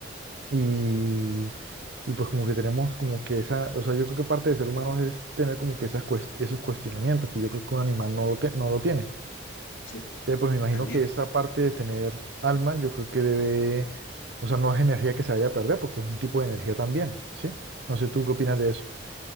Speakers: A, on the right (about 60°); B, on the left (about 85°).
A: y, y pues como que tenemos como que esa, o sea, yo creo que parte de ser humano es tener como que esas cuest- esos cuestionamientos que yo creo que un animal no, lo te- no lo tiene.
B: sí, pues,
A: Entonces, pues me imagino
B: También.
A: que esa parte de tener alma, yo creo que debe, o sea, no es energía que se vaya a perder, porque es un tipo de energía también, ¿sí? No sé, ¿tú qué opinas de eso?